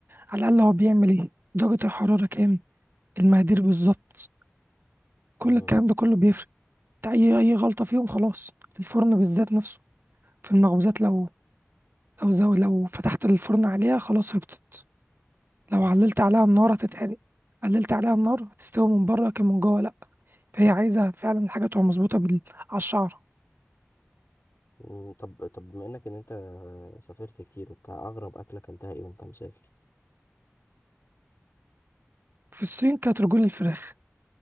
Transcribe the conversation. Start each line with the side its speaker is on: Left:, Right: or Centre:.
Right: على الأقل هو بيعمل إيه درجة الحرارة كام المقادير بالظبط كل
Left: امم
Right: الكلام ده كله بيفرق انت اي اي غلطه فيهم خلاص الفرن بالذات نفسه في المخبوزات لو لو زو لو فتحت الفرن عليها خلاص هبطت
Left: صح
Right: لو عللت عليها النار هتتحرق قللت عليها النار هتستوي من بره كان من جوه لا فهي عايزه فعلا الحاجه تبقى مظبوطه بال... على الشعره
Left: مم. طب طب بما انك ان انت سافرت كتير وبتاع اغرب اكلة اكلتها ايه وانت مسافر
Right: في الصين كانت رجول الفراخ